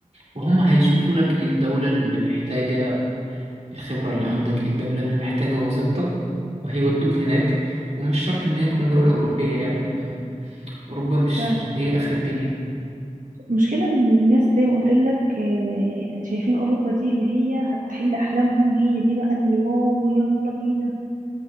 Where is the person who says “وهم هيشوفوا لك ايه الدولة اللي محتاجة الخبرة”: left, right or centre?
Right